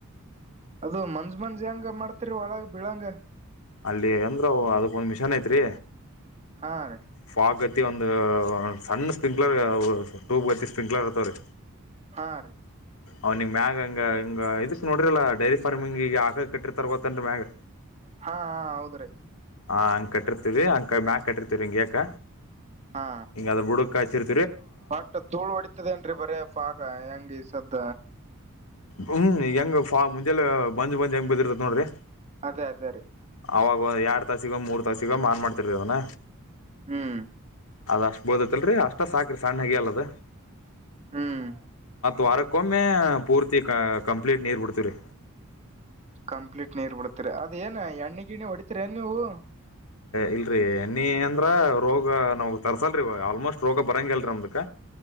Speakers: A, on the right (about 30°); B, on the left (about 70°).
A: ಅದು ಮಂಜ್ ಮಂಜ್ ಹೆಂಗ ಮಾಡ್ತಿರಿ ಒಳಗೆ. ಬಳಂಗು.
B: ಅಲ್ಲಿ ಅಂದ್ರ ಅದಕ್ ಒಂದ್ ಮಿಷನ್ ಐತ್ರಿ.
A: ಹಾ ರೀ
B: ಫಾಗತಿ ಒಂದ್ ಸನ್ ಸ್ಪ್ರಿಂಕ್ಲರ್ ಟ್ಯೂಬ್ ವಸಿಸ್ ಸಿಂಕ್ಲಆರ್ತಾರೆ
A: ಹಾ ರೀ
B: ಅವ್ನಿಂಗ್ ಮಾಗ ಹಂಗಿಂಗ ಇದಕ್ ನೋಡ್ರರಿಲ್ಲ ಡೈರಿ ಫಾರ್ಮಿಂಗ್ ಈಗ ಆಕ ಕಟ್ಟಿರ್ತಾರಗೋತ್ತನ್ ಮ್ಯಾಗ
A: ಹಾ ಹೌದ್ರಿ
B: ಹಾ ಅಂಗ್ ಕಟ್ಟರ್ತಿವ್ರಿ ಅ ಮ್ಯಾ ಕಟ್ಟಿತಿವ್ರಿ ಇಂಗೆಕ
A: ಹಾ
B: ಈಂಗ ಅದ ಬಿಡುಕ್ ಕಾಸಿರ್
A: ಒಟ್ಟ ಧೂಳ್ು ಹೊಡತದೇಏನ್ರರಿ ಬರಪ್ಪ ಆಗ ಹೆಂಗ ಸದ.
B: ಹ್ಮ್ ಹೆಂಗ ಫ ಮುಂಜೆಲ್ಲ ಬಂದಜ್ ಬಜ್ ಹೆಂಗ್ ಬದಿರ್ತತ್ ನೋಡ್ರಿ.
A: ಅದೇ ಅದೇ ರೀ.
B: ಆವಾಗ ಎರಡು ತಾಸಿಗೋ ಮೂರು ತಾಸಿಗೋ ಮಾರ ಮಾಡ್ತಿರ್ ಅವನ.
A: ಹ್ಮ್.
B: ಅದ ಅಷ್ಟ್ ಬೋದತ್ತಲ್ರರಿ ಅಷ್ಟ ಸಾಕು. ಸಣ್ಣ ಹಲ್ಲ
A: ಹ್ಮ್
B: ಮಾರ. ಕೊಮ್ಮೆ. ಪೂರ್ತಿ ಕ ಕಂಪ್ಲೀಟ್ ನೀರು ಬಿಡ್ತೀವಿ ರೀ.
A: ಕಂಪ್ಲೀಟ್ ನೀರ್ ಬಿಡತೀರಿ ಅದ ಏನ ಎಣ್ಣಿ ಗಿಣ್ಣಿ ಹೊಡಿತೀರಿ ಏನ್ ನೀವು
B: ಇಲ್ರರಿ ಎ ನೀಿ ಅಂದ್ರ ರೋಗ ನಾವಗ್ ತರ್ಸಲ್ರಿ ಆಲ್ಮೋಸ್ಟ್ ರೋಗ ಬರಂಗ ಅಲ್ರರಿ ನಮ್ದಕ್.